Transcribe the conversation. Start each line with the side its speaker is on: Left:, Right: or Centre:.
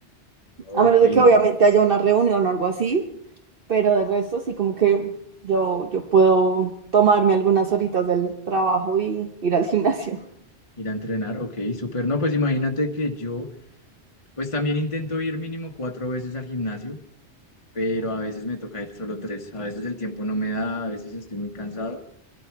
Left: Ok,
Right: A menos de que
Left: no.
Right: obviamente haya una reunión o algo así, pero de resto sí como que yo, yo puedo tomarme algunas horitas del trabajo y ir al gimnasio.
Left: Ir a entrenar, ok, súper. No, pues imagínate que yo, pues también intento ir mínimo cuatro veces al gimnasio. pero a veces me toca ir solo tres. A veces el tiempo no me da, a veces estoy muy cansado